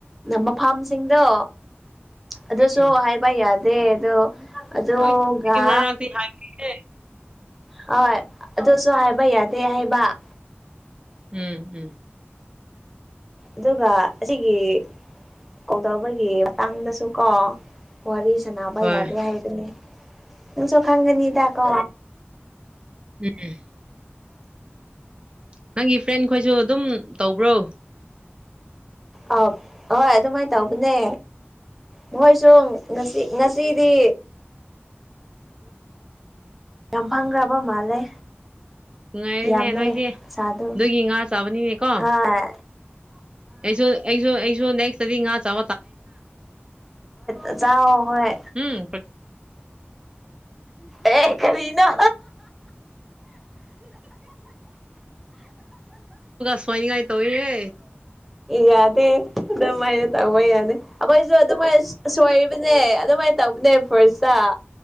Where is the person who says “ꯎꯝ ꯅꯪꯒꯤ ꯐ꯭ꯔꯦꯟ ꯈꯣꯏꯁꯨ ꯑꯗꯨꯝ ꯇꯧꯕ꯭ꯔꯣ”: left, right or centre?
Right